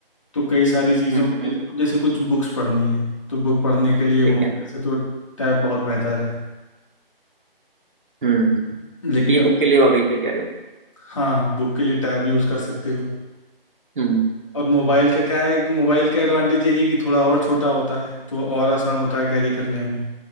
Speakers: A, on the left (about 35°); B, on the right (about 55°).
A: तो कई सारी चीज़ों
B: हम्म
A: के लिए तो जैसे कुछ बुक्स पढ़नी है तो बुक पढ़ने के लिए
B: ठीक
A: मोबाइल
B: है
A: से तो टैब बहुत बेहतर है
B: हम्म
A: लेकिन
B: ई
A: अब
B: बुक के लिए वाकई सही कह रहे हो
A: हाँ बुक के लिए टैब यूज़ कर सकते हो
B: हम्म
A: और मोबाइल का क्या है कि मोबाइल का एडवांटेज यही है कि थोड़ा और छोटा होता है तो और आसान होता है कैरी करने में